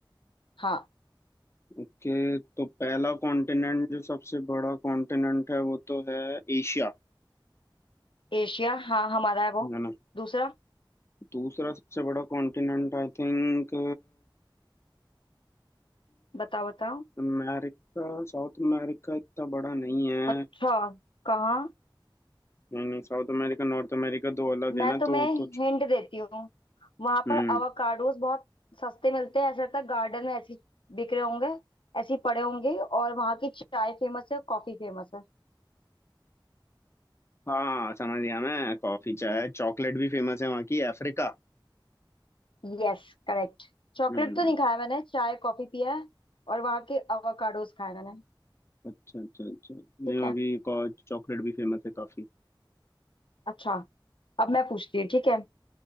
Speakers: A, on the left; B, on the left.
A: हाँ
B: ओके तो पहला कॉन्टिनेंट जो सबसे बड़ा कॉन्टिनेंट है वो तो है एशिया
A: एशिया हाँ हमारा है वो
B: है ना
A: दूसरा
B: दूसरा सबसे बड़ा continent I think
A: बताओ बताओ
B: America South America इतना बड़ा नहीं है
A: अच्छा कहाँ
B: नहीं नहीं साउथ अमेरिका नॉर्थ अमेरिका दो अलग
A: मैं
B: है ना
A: तुम्हें
B: तो तो छ-
A: हिंट देती हूँ वहां
B: हम्म
A: पर अवाकाडोस बहुत सस्ते मिलते हैं ऐसा लगता है गार्डन में ऐसी बिक रहे होंगे ऐसे ही पड़े होंगे और वहां की चाय फेमस है कॉफी फेमस है
B: हाँ समझ गया मैं कॉफी चाय चॉकलेट भी फेमस है वहाँ की अफ्रीका
A: Yes correct चॉकलेट
B: हम्म
A: तो नहीं खाया मैंने चाय कॉफी पिया है और वहां के अवाकाडोस खाए मैंने
B: अच्छा अच्छा अच्छा नहीं
A: ठीक
B: वहाँ
A: है
B: की चॉकलेट भी फेमस है काफी
A: अच्छा अब मैं पूछती हूँ ठीक है